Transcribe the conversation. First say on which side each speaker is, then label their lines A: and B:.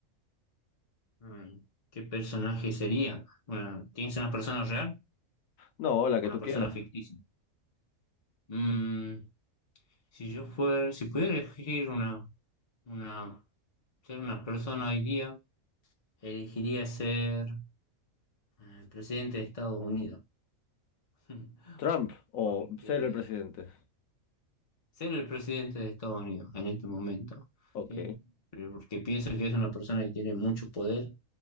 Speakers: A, on the left (about 40°); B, on the left (about 80°).
A: Mm, ¿Qué personaje sería? bueno ¿tienes una persona real
B: No, la que
A: o una
B: tú
A: persona
B: quieras.
A: ficticia? Mm, si yo fuera, si pudiera elegir una, una, ser una persona hoy día, elegiría ser eh, presidente de Estados Unidos. <laughs>
B: Trump o
A: Porque
B: ser el presidente.
A: ser el presidente de Estados Unidos en este momento,
B: Ok.
A: ¿sí? Pero Porque pienso que es una persona que tiene mucho poder